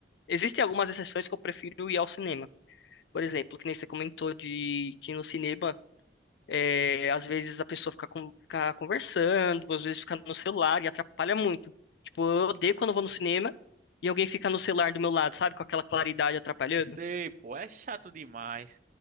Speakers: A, on the left; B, on the right.
A: Existem algumas exceções que eu prefiro ir ao cinema. Por exemplo, que nem você comentou de que no cinema, é, às vezes a pessoa fica, con- fica conversando, às vezes fica no celular e atrapalha muito. Tipo, eu odeio quando eu vou no cinema e alguém fica no celular do meu lado, sabe? Com aquela claridade atrapalhando.
B: Sei, pô, é chato demais.